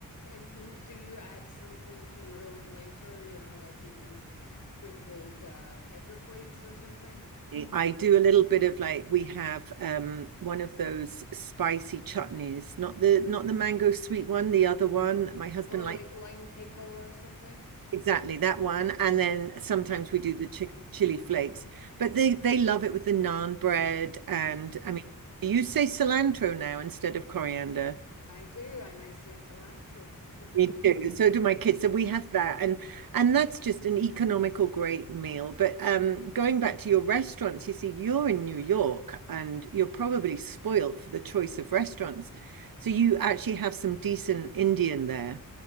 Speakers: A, on the left; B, on the right.
A: And can do you add something to your own later, you know, like even sprinkled uh, pepper flakes or something?
B: I do a little bit of like we have um one of those spicy chutneys, not the not the mango sweet one, the other one. My husband
A: Oh,
B: likes
A: like lime pickle or something?
B: exactly that one. And then sometimes we do the chi chili flakes. But they they love it with the naan bread and
A: Mm.
B: I mean you say cilantro now instead of coriander.
A: I do, and I say cilantro.
B: Me
A: <laughs>
B: too. So do my kids. So we have that, and and that's just an economical great meal. But um, going back to your restaurants, you see, you're in New York, and you're probably spoilt for the choice of restaurants. So you actually have some decent Indian there.